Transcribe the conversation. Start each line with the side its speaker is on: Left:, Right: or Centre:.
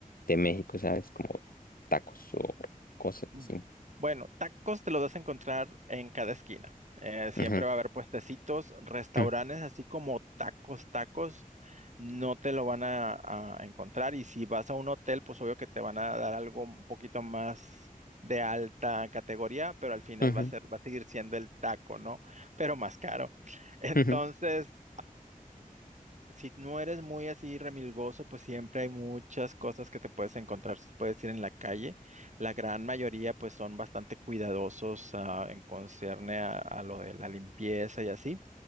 Left: de México, ¿sabes? Como tacos o cosas
Right: Mm,
Left: así.
Right: Bueno, tacos te los vas a encontrar en cada esquina. Eh, siempre
Left: Ujú,
Right: va a haber puestecitos, restaurantes,
Left: ujú,
Right: así como tacos, tacos, no te lo van a, a encontrar. Y si vas a un hotel, pues obvio que te van a dar algo un poquito más de alta categoría, pero al final
Left: ujú,
Right: va a ser, va a seguir siendo el taco, ¿no? Pero más caro. <laughs> Entonces,
Left: ujú,
Right: si no eres muy así remilgoso, pues siempre hay muchas cosas que te puedes encontrar, te puedes ir en la calle. La gran mayoría pues son bastante cuidadosos ah, en concerne a, a lo de la limpieza y así,